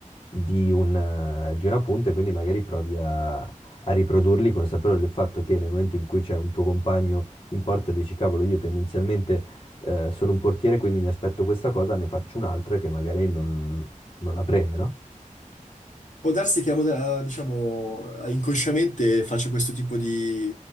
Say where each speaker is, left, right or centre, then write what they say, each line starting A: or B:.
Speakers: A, on the left (about 40°); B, on the left (about 65°).
A: di, un- di una punta e quindi magari provi a, a riprodurli consapevole del fatto che nel momento in cui c'è un tuo compagno in porta dici, cavolo, io tendenzialmente eh, sono un portiere, quindi mi aspetto questa cosa, ne faccio un'altra che magari non, non la prende, no?
B: Può darsi che, eh, diciamo, inconsciamente faccia questo tipo di,